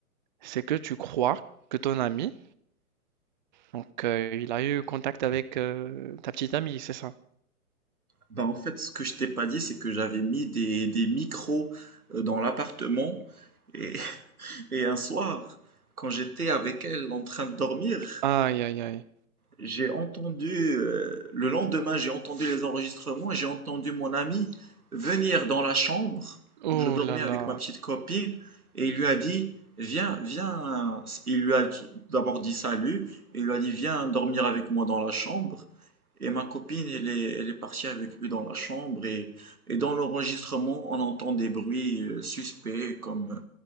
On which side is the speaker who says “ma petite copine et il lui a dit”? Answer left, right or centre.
Right